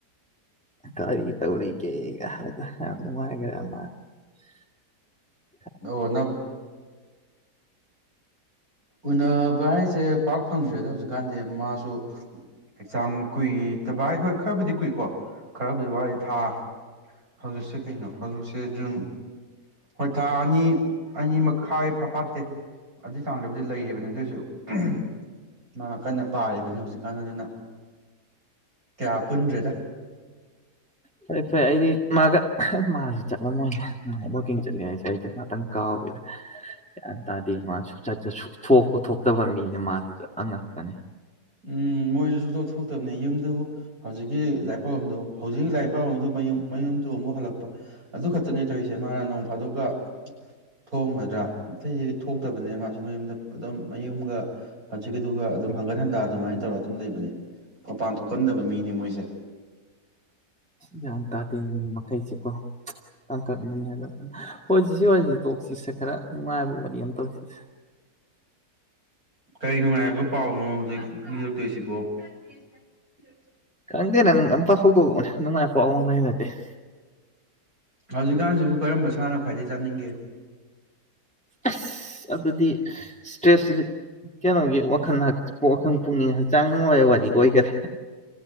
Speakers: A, in the centre; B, on the right.
A: ꯀꯔꯤ ꯇꯧꯔꯤ ꯀꯦꯒ ꯅꯨꯅꯨꯡꯃꯒ꯭ꯔꯃ <unintelligible>
B: ꯑꯣ ꯅꯪ ꯎꯅꯕ ꯍꯥꯏꯁꯦ ꯄꯥꯛ ꯐꯪꯗ꯭ꯔꯦꯗ ꯍꯧꯖꯤꯛꯀꯥꯟꯗꯤ ꯃꯥꯁꯨ ꯑꯦꯛꯖꯥꯝ ꯀꯨꯏꯗꯕ ꯍꯥꯏ ꯍꯣꯏ ꯈꯔꯕꯨꯗꯤ ꯀꯨꯏꯀꯣ ꯈꯔꯕꯨꯗꯤ ꯋꯥꯔꯤ ꯊꯥ ꯍꯧꯖꯤꯛꯁꯦ ꯀꯩꯅꯣ ꯍꯧꯖꯤꯛꯁꯦ ꯖꯨꯟ ꯍꯣꯏ ꯊꯥ ꯑꯅꯤ ꯑꯅꯤ ꯃꯈꯥꯏ ꯐꯐꯥꯠꯇꯦ ꯑꯗꯨꯏ ꯍꯛꯆꯥꯡꯗꯕꯗ ꯂꯩꯔꯤꯕꯅꯤ ꯑꯗꯨꯑꯣꯏꯁꯨ ꯃꯥ ꯀꯟꯅ ꯄꯥꯔꯤꯕꯅꯤ ꯍꯧꯖꯤꯛꯀꯥꯟ ꯑꯗꯨꯅ ꯀꯌꯥ ꯄꯨꯟꯗ꯭ꯔꯦꯗ
A: ꯐꯔꯦ ꯐꯔꯦ ꯑꯩꯗꯤ ꯃꯥꯒ ꯃꯥꯁꯨ ꯆꯠꯂꯝꯃꯣꯏꯅꯦ ꯃꯥ ꯋꯀꯤꯡ ꯆꯠꯂꯤ ꯍꯥꯏꯁꯦ ꯑꯩꯗ ꯉꯥꯛꯇꯪ ꯀꯥꯎꯋꯦ ꯒ꯭ꯌꯥꯟ ꯇꯥꯗꯦ ꯃꯥꯁꯨ ꯁꯨꯡꯆꯠ ꯄꯊꯣꯛꯇꯕ ꯃꯤꯅ ꯃꯥꯗꯨꯁꯨ ꯑꯉꯛꯄꯅꯦ
B: ꯎꯝ ꯃꯣꯏꯁꯨ ꯁꯨꯛꯇꯣꯛ ꯊꯣꯛꯇꯕꯅꯦ ꯌꯨꯝꯗꯨ ꯍꯧꯖꯤꯛꯀꯤ ꯂꯥꯏꯔꯤꯛ ꯄꯥꯎꯕꯝꯗꯨ ꯍꯧꯖꯤꯛꯀꯤ ꯂꯥꯏꯔꯤꯛ ꯄꯔꯝꯗꯨ ꯃꯌꯨꯝ ꯃꯌꯨꯝꯗꯨ ꯑꯃꯨꯛ ꯍꯜꯂꯛꯄ ꯑꯗꯨ ꯈꯛꯇꯅꯦ ꯇꯧꯔꯤꯁꯦ ꯃꯥꯅ ꯅꯣꯡ ꯐꯥꯗꯣꯛꯀ ꯊꯣꯡꯒꯗ꯭ꯔꯥ ꯑꯇꯩꯁꯤ ꯊꯣꯛꯇꯕꯅꯦ ꯃꯥꯁꯨ ꯃꯌꯨꯝꯗ ꯑꯗꯨꯝ ꯃꯌꯨꯝꯒ ꯍꯧꯖꯤꯛꯀꯤꯗꯨꯒ ꯑꯗꯨꯝ ꯍꯪꯒꯠ ꯍꯟꯗꯥ ꯑꯗꯨꯃꯥꯏ ꯇꯧꯔꯒ ꯑꯗꯨꯝ ꯂꯩꯕꯅꯦ ꯃꯄꯥꯟ ꯊꯣꯛꯀꯟꯗꯕ ꯃꯤꯅꯦ ꯃꯣꯏꯁꯦ
A: ꯒ꯭ꯌꯥꯟ ꯇꯥꯗꯦ ꯃꯤ ꯃꯈꯩꯁꯦꯀꯣ ꯇꯥꯡꯀꯛꯅꯅꯤ ꯍꯥꯏꯕꯥꯟꯗ ꯍꯣꯏ ꯁꯤ ꯁꯤ ꯋꯥꯔꯤꯁꯤꯦ ꯇꯣꯛꯁꯤꯁꯦ ꯈꯔ ꯅꯨꯡꯉꯥꯏꯕ ꯋꯥꯔꯤ ꯑꯃ ꯇꯧꯁꯤꯁꯦ
B: ꯀꯔꯤ ꯅꯨꯡꯉꯥꯏꯕ ꯄꯥꯎꯅꯣ ꯍꯧꯖꯤꯛ <unintelligible>
A: ꯍꯪꯗꯦ ꯅꯪ ꯉꯝꯄꯥ ꯍꯣꯕꯣ ꯉꯥꯏ ꯄꯋꯥ ꯃꯣꯟꯅꯗꯤ <unintelligible>
B: ꯍꯧꯖꯤꯛꯀꯥꯟꯁꯤꯕꯨ ꯀꯔꯝꯕ ꯁꯥꯟꯅ ꯈꯣꯠ ꯈ꯭ꯋꯥꯏꯗꯒꯤ ꯆꯥꯅꯤꯡꯒꯦ
A: ꯑꯁ ꯑꯗꯨꯗꯤ ꯏꯁꯇ꯭ꯔꯦꯁ ꯀꯩꯅꯣꯒꯤ ꯋꯥꯈꯜ ꯋꯥꯈꯜ ꯄꯨꯛꯅꯤꯡ ꯍꯛꯆꯥꯡ ꯅꯨꯡꯉꯥꯏꯕ ꯋꯥꯔꯤ ꯑꯣꯏꯈꯔꯦ